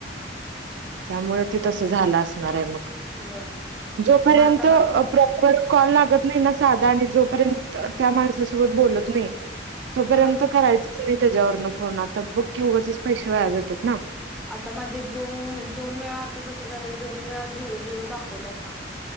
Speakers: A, on the right; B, in the centre.
A: त्यामुळे ते तस झालं असणार आहे मग
B: होय
A: जोपर्यंत
B: मग आता बाक
A: प्रॉपर कॉल लागत नाही ना साधा आणि जोपर्यंत त्या माणसासोबत बोलत नाही तोपर्यंत
B: हा
A: करायचच नाही त्याच्यावरन फोन आता बघ की उगचच पैसे व्हाया जातात ना
B: आता माझे दोन दोन वेळा आता तसं झालं दोन्ही वेळा झिरो झिरो दाखवले आता